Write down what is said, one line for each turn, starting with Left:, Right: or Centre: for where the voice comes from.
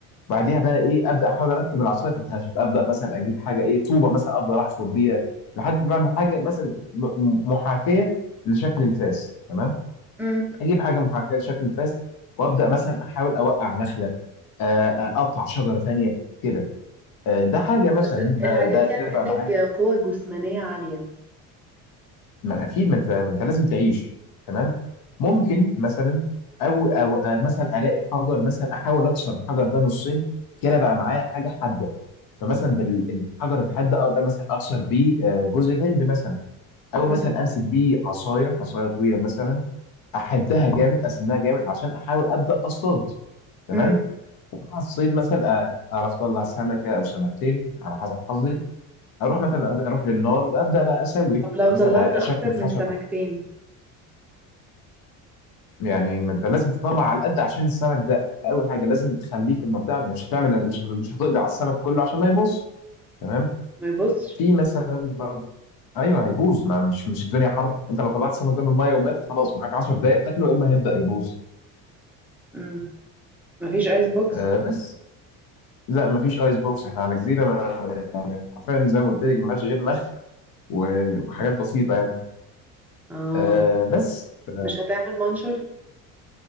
Left: بعديها بقى ايه ابدا احاول اركب العصايه في الخشب ابدا مثلا اجيب حاجه ايه طوبه مثلا افضل احفر بيها لحد ما اعمل حاجه مثلا م- محاكيه لشكل الفاس تمام
Centre: مم.
Left: اجيب حاجه محاكيه لشكل الفاس وابدا مثلا احاول اوقع نخله آه، آه، اقطع شجره ثانيه كده آه، ده حاجه مثلا
Centre: بس
Left: ده
Centre: الحاجات
Left: ده
Centre: دي
Left: كده
Centre: هتحتاج
Left: بقى معايا
Centre: قوة جسمانية عالية
Left: ما اكيد ما انت ما انت لازم تعيش تمام ممكن مثلا او او آه، مثلا الاقي حجر مثلا احاول اكسر الحجر ده نصين كده بقى معايا حاجه حاده فمثلا بالحجر الحاد ده اقدر مثلا اكسر بيه آه، جوز الهند مثلا او
Centre: مم.
Left: مثلا امسك بيه عصايه عصايه طويله مثلا احدها جامد اسنها جامد عشان احاول ابدا اصطاد تمام
Centre: مم.
Left: ومع الصيد مثلا آه، اعرف اطلع سمكه او سمكتين على حسب حظي اروح مثلا اروح للنار ابدا بقى اسوي
Centre: طب لو
Left: مثلا
Centre: طلعت اكتر
Left: اشكل خشب
Centre: من سمكتين
Left: يعني ما انت لازم تطلع على القد عشان السمك ده اول حاجه لازم تخليه في المنطقه مش هتعمل مش مش هتقضي على السمك كله عشان ما يبوظ تمام
Centre: ما يبصش
Left: في مثلا برضه ايوه هيبوظ ما مش مش الدنيا حر انت لو طلعت السمك ده من الميه ومات خلاص معاك 10 دقائق تاكله يا اما هيبدا يبوظ
Centre: مم. مفيش ايس بوكس
Left: آه بس لا مفيش ايس بوكس احنا على جزيره ما يعني حرفيا زي ما قلت لك ما فيهاش غير نخل و- وحاجات بسيطه يعني
Centre: اه
Left: آه بس ف...
Centre: مش هتعمل منشر